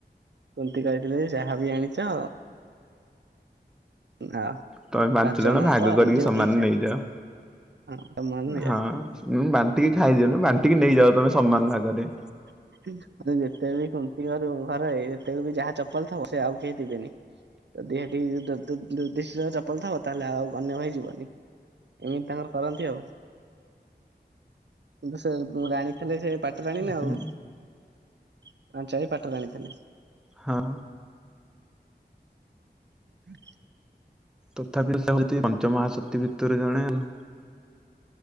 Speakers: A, on the right (about 80°); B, in the centre.
A: କୁନ୍ତି କହିଥିଲି ଯାହା ବି ଆଣିଚ ହଁ।
B: ତମେ ପାଞ୍ଚ
A: ଜଣଆଙ୍କ
B: ଜଣ ଭାଗ କରିକି
A: ନିଜେ
B: ସମାନ୍
A: ବାଟିକି ଖାଏ।
B: ନେଇଯାଅ।
A: ହଁ ତମର ନିରା
B: ହଁ ବାଣ୍ଟିକି ଖାଇଦିଅନ୍ତୁ ବାଣ୍ଟିକି ନେଇଯାଅ ତମେ ସମାନ୍ ଭାଗରେ।
A: <inaudible> ଯେତେ ବି କୁନ୍ତି ଘରୁ ଘରେ ଯେତେବେ ବି ଯାହା ଚପଲ ଥବ ସେ ଆଉ କେହିଦେବେନି। ଯଦି ହେଠି ଯୁଧି ଯୁଧିଷ୍ଠିରଙ୍କ ଚପଲ ଥିବ ତାହେଲେ ଆଉ ଅନ୍ୟ ଭାଇ ଯିବନି। ଏମିତି ତାଙ୍କର କରନ୍ତି ଆଉ କିନ୍ତୁ ସେ ମୁଁ ଜାଣିଥିଲି ଯେ ପାଟ୍ ଜାଣିନି
B: ହୁଁ
A: ଆଉ ପାଞ୍ଚାରି ପାଟ ରାଣୀ ଥିଲେ।
B: ହଁ।
A: <inaudible>
B: ତଥାପି ସେ ହେଉଛି ପଞ୍ଚମହାଶକ୍ତି ଭିତରୁ ଜଣେ ଆଉ